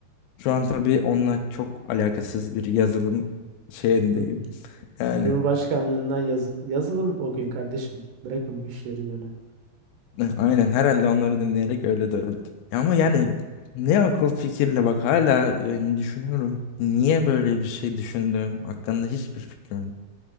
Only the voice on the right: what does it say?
Hı.
Cumhurbaşkanlığından yazı, yazılım okuyun kardeşim. Bırakın bu işleri yönü.